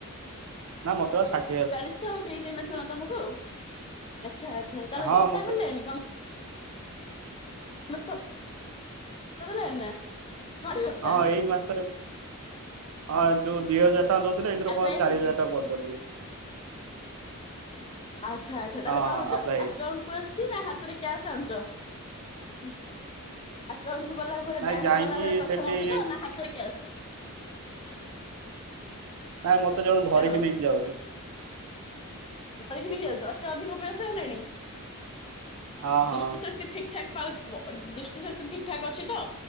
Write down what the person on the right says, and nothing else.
ନା ମତେ ବା ଷାଠ
ହଁ
ମତେ
ହଁ ଏଇ ମାସରେ ହଁ ଯୋଉ ଦିଇ ହଜାର ହଁ ଦଉଥିଲେ ଏଥର
କଣ ଚାରି
ହଜାର ଟଙ୍କା <unintelligible>
ହଁ
ହଁ ଆପ୍ଲାଏ ହେଇଛି
ନାଇଁ
ଯାଇକି
ସେଠି
ନାଇଁ ମତେ ଜଣେ
ଧରିକି ନେଇକି ଯାଉଚି।
ହଁ ହଁ